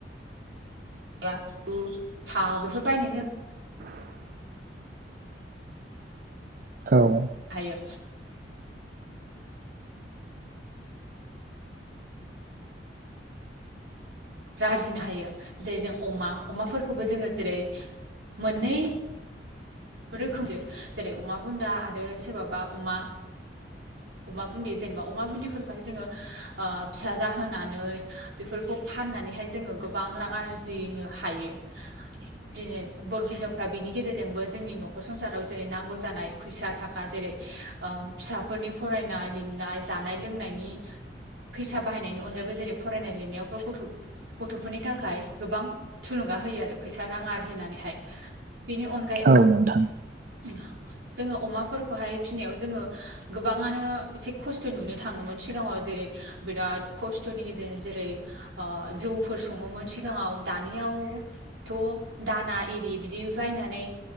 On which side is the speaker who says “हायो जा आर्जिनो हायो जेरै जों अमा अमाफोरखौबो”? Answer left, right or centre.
Right